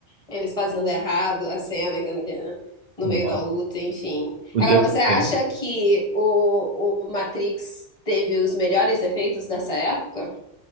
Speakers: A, on the left; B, on the right.
A: Eles fazendo errado a cena e tendo que, né, no
B: Nossa.
A: meio da luta, enfim.
B: O
A: Agora,
B: Jack
A: você
B: Chan,
A: acha que o, o Matrix teve os melhores efeitos dessa época?